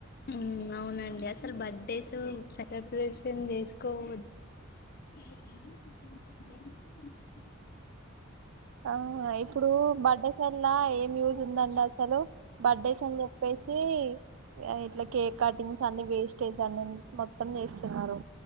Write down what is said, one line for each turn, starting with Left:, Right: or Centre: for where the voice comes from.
Left: హ్మ్మ్ అవునండి అసలు బర్త్డేస్ సెలబ్రేషన్ చేసుకోవచ్ హ్మ్మ్
Right: ఆ ఇప్పుడు బడ్డేసల్లా ఏం యూజ్ ఉందండి అసలు బర్డేస్ అని చెప్పేసి ఇట్లా కేక్ కటింగ్స్ అన్ని వేస్టేజ్ అన్ని మొత్తం చేస్తున్నారు